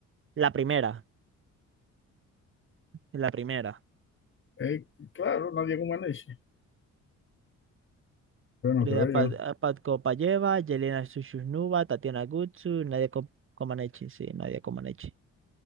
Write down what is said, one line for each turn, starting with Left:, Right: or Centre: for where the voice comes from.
Right: La primera. La primera.
Left: Eh, claro, nadie con Maneche. Pero no
Right: Elena
Left: creo
Right: Pad-
Left: yo.
Right: a Pat Kopayeva, Yelena Shushnova, Tatiana Gutsu, Nadia Ko- Comaneci. Sí, Nadia Comaneci.